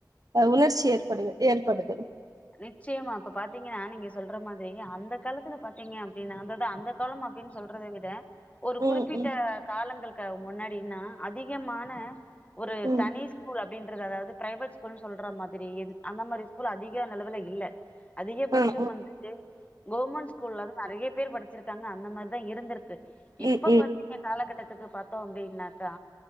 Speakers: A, on the right (about 55°); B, on the left (about 20°).
A: உணர்ச்சி ஏற்படுது ஏற்படுது
B: நிச்சயமா இப்ப பாத்தீங்க ஆ நீங்க சொல்ற மாதிரி அந்த காலத்துல பாத்தீங்க அப்படின்னாந்ததா அந்த காலம் அப்படின்னு சொல்றத விட ஒரு குறிப்பிட்ட
A: ம் ம்
B: காலங்கள் க முன்னாடினா அதிகமான ஒரு
A: ம்
B: தனி ஸ்கூல் அப்டின்னு க்குறது அதாவது பிரைவேட் ஸ்கூல்னு சொல்ற மாதிரி அந்த மாரி ஸ்கூல் அதிக யோ அளவுல இல்ல அதிகபட்சம்
A: ம் ம்
B: வந்துட்டு கவர்மெண்ட் ஸ்கூல்லதா நெறைய பேர் படிச்சிருக்காங்க அந்த மாரிதா இருந்திருக்கு இப்ப
A: ம் ம்
B: பாத்தீங்க காலகட்டத் த்துக்கு பாத்தோ அப்டின்னாக்கா